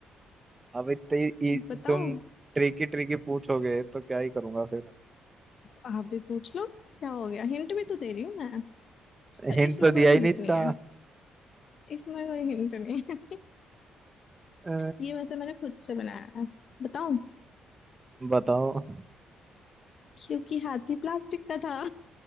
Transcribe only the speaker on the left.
बताओ
आप भी पूछ लो क्या हो गया हिंट भी तो दे रही हूँ मैं पर
इसमें
कोई
हिंट
नहीं है इसमें कोई हिंट नहीं है
ये वैसे मैंने खुद से बनाया है बताओ
क्योंकि हाथी प्लास्टिक का था